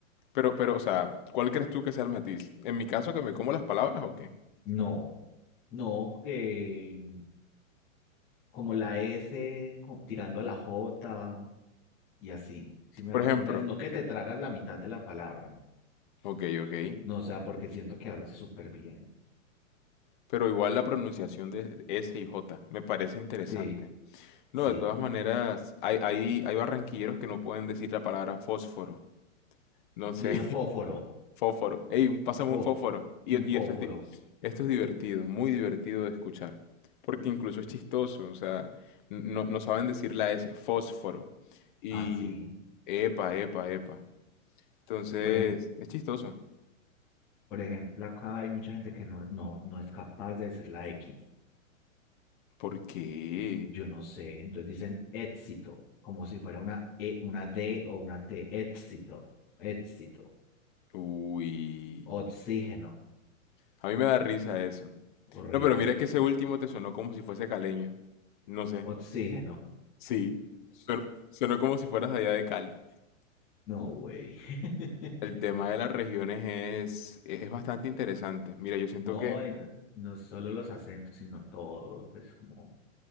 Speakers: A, on the left; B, in the centre.
A: Pero, pero, o sea, ¿cuál crees tú que sea el matiz? ¿En mi caso que me como las palabras o qué?
B: No, no, que mm, como la S co- tirando a la J y así. Si me
A: Por
B: hago
A: ejemplo,
B: entender, no que te tragas la mitad de la palabra, no,
A: ok, ok.
B: No, o sea, porque siento que hablas súper bien.
A: Pero igual la pronunciación de S y J me parece interesante.
B: Sí,
A: No,
B: sí.
A: de todas maneras, hay, hay, hay barranquilleros que no pueden decir la palabra fósforo. No sé,
B: Dicen fósforo,
A: <laughs> fósforo. Ey, un- pásame
B: fof-
A: un fósforo. Y,
B: un fósforo,
A: y esto es, di- esto es divertido, muy divertido de escuchar. Porque incluso es chistoso, o sea, n- no, no saben decir la S, fósforo. Y
B: así.
A: epa, epa, epa. Entonces,
B: Por ejemplo,
A: es chistoso.
B: por ejemplo, acá hay mucha gente que no, no, no es capaz de decir la X.
A: ¿Por qué?
B: Yo no sé, entonces dicen éxito, como si fuera una E, una D o una T, éxito, éxito,
A: Uy.
B: oxígeno,
A: A mí me da risa eso.
B: horrible
A: No, pero mira
B: eso,
A: que ese último te sonó como si fuese caleño. No sé.
B: oxígeno,
A: Sí. Suena- Sonó, como si fueras allá de Cali.
B: no, güey, <laughs>
A: El tema de las regiones es, es bastante interesante. Mira, yo siento
B: no,
A: que...
B: en- no solo los acentos, sino todo, pues como